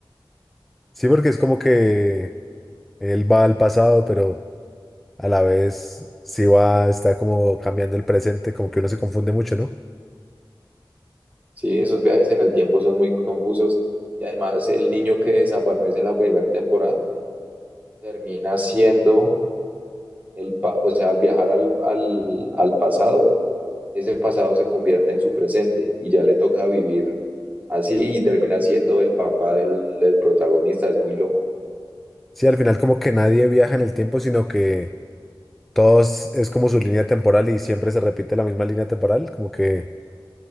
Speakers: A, in the centre; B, on the right.
A: Sí, porque es como que Él va al pasado, pero a la vez sí va, está como cambiando el presente, como que uno se confunde mucho, ¿no?
B: Sí, esos viajes en el tiempo son muy confusos. Y además el niño que desaparece en la primera temporada termina siendo el, pa- o sea, al viajar al, al al pasado ese pasado se convierte en su presente y ya le toca vivir así y termina siendo el papá del, del protagonista. Es muy loco.
A: Sí, al final como que nadie viaja en el tiempo, sino que todos es como su línea temporal y siempre se repite la misma línea temporal, como que